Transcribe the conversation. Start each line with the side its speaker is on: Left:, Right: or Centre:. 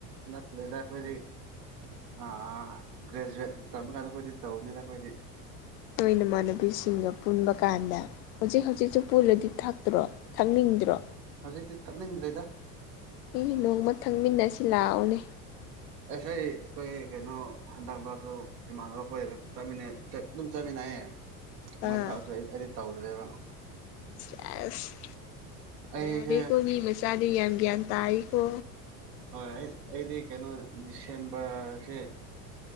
Right: ꯅꯠꯇ꯭ꯔꯦꯗ ꯑꯩꯈꯣꯏꯗꯤ ꯑꯥ ꯒ꯭ꯔꯦꯖꯨꯋꯦꯠ ꯇꯝꯃꯀꯥꯟꯗ ꯑꯩꯈꯣꯏꯗꯤ ꯇꯧꯕꯅꯤꯅ ꯑꯩꯈꯣꯏꯗꯤ
Left: ꯅꯣꯏ ꯏꯃꯥꯟꯅꯕꯤꯁꯤꯡꯒ ꯄꯨꯟꯕ ꯀꯥꯟꯗ ꯍꯧꯖꯤꯛ ꯍꯧꯖꯤꯛꯁꯨ ꯄꯨꯜꯂꯗꯤ ꯊꯥꯛꯇ꯭ꯔꯣ ꯊꯥꯛ ꯅꯤꯡꯗ꯭ꯔꯣ
Right: ꯍꯧꯖꯤꯛꯇꯤ ꯊꯛꯅꯤꯡꯗ꯭ꯔꯦꯗ
Left: ꯏ ꯅꯣꯡꯃ ꯊꯪꯃꯤꯟꯅꯁꯤ ꯂꯥꯛꯑꯣꯅꯦ
Right: ꯑꯩ ꯍꯩ ꯑꯩꯈꯣꯏ ꯀꯩꯅꯣ ꯍꯟꯗꯛ ꯃꯔꯛꯁꯨ ꯏꯃꯥꯟꯅꯕ ꯑꯩꯈꯣꯏꯔꯒ ꯆꯠꯃꯤꯟꯅꯩ ꯑꯗꯨꯝ ꯆꯠꯃꯤꯟꯅꯩꯌꯦ ꯃꯣꯏ
Left: ꯑꯥ
Right: ꯊꯕꯛꯁꯨ ꯑꯩꯗꯤ ꯇꯧꯗ꯭ꯔꯦꯕ
Left: ꯁꯦꯁ
Right: ꯑꯩꯁꯦ
Left: ꯌꯥꯔꯦꯀꯣ ꯃꯤ ꯃꯆꯥꯗꯤ ꯌꯥꯝ ꯒꯤꯌꯥꯟ ꯇꯥꯏꯀꯣ
Right: ꯍꯣꯏ ꯑꯩ ꯑꯩꯗꯤ ꯀꯩꯅꯣ ꯗꯤꯁꯦꯝꯕ꯭ꯔꯁꯦ